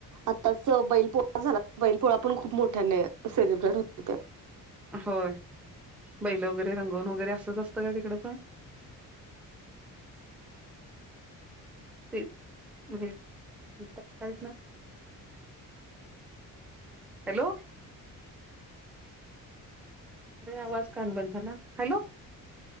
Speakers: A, on the right; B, in the centre.
A: आत्ताच बैल पोळा झाला, बैल पोळा पण खूप मोठ्याने सेलिब्रेट होतो <unintelligible>
B: होय. बैलं वगैरे रंगवून वगैरे असंच असतं काय तिकडं पण?
A: म
B: <inaudible> हॅलो. अरे आवाज काहून बंद झाला? Hello